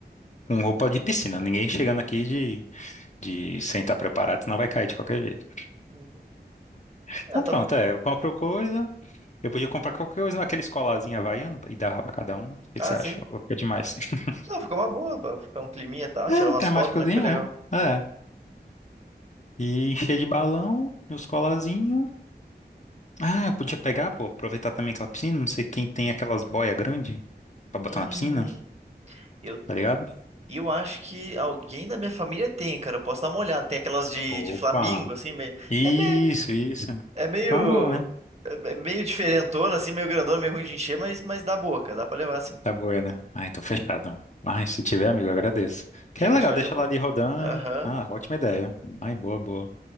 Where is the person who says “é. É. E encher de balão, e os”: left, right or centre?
Left